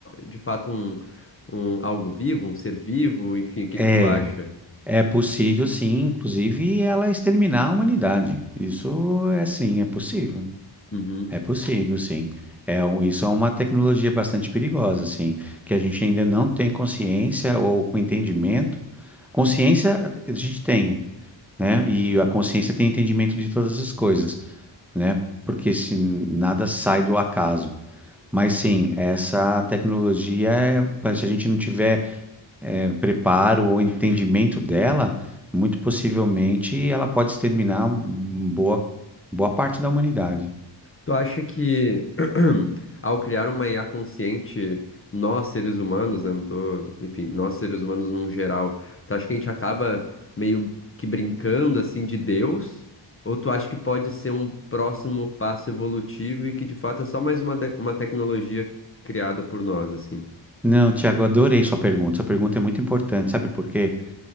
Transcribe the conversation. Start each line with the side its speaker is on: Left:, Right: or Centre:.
Left: de fato um, um, algo vivo, um ser vivo, enfim, o que
Centre: é,
Left: que tu acha?
Centre: é possível, sim, inclusive, ela exterminar a humanidade. Isso é sim, é possível.
Left: Uhum.
Centre: É possível, sim. É, um- isso é uma tecnologia bastante perigosa, assim, que a gente ainda não tem consciência ou com entendimento. Consciência a gente tem, né? E a consciência tem entendimento de todas as coisas, né? Porque se nada sai do acaso. Mas sim, essa tecnologia, é- se a gente não tiver é, preparo ou entendimento dela, muito possivelmente ela pode exterminar boa, boa parte da humanidade.
Left: Tu acha que <clears throat> ao criar uma IA consciente, nós seres humanos, né, não tô, enfim, nós seres humanos num geral, tu acha que a gente acaba meio que brincando assim de Deus? Ou tu acha que pode ser um próximo passo evolutivo e que de fato é só mais uma, de- uma tecnologia criada por nós, assim?
Centre: Não, Tiago, adorei sua pergunta. Sua pergunta é muito importante, sabe por quê?